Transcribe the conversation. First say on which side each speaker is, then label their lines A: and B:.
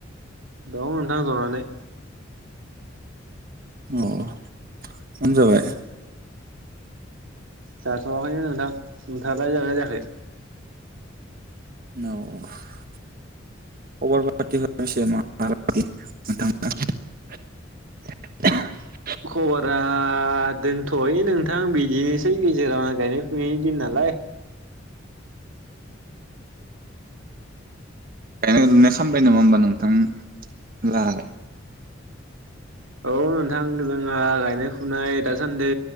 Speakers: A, on the right; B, on the right.
A: दङ नोंथां जनानै
B: अ ह ओंखाम जाबाय?
A: जाथवाखैनो नोंथां नोंथाङालाय जानाय जायाखै
B: <unintelligible>
A: खबरा दंथयो नोंथां बिदिनोसै गेजेरावनो गायनाय फुनायनि दिन नालाय
B: गायनाय लुनाय खामबाय नामा होमबा नों <unintelligible> लालाय
A: औ नोंथां जोंहा नाय फुनाय दासान्दि